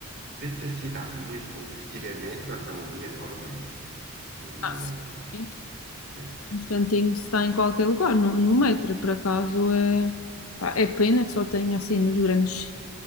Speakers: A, on the right; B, on the left.
A: Dentro da cidade, mesmo se tiver metro, então aí adoro o metro. O,
B: Ah, sim.
A: eh, é.
B: Um instantinho se está em qualquer lugar, no, no metro, por acaso é, pá, é pena que só tenha assim nos grandes,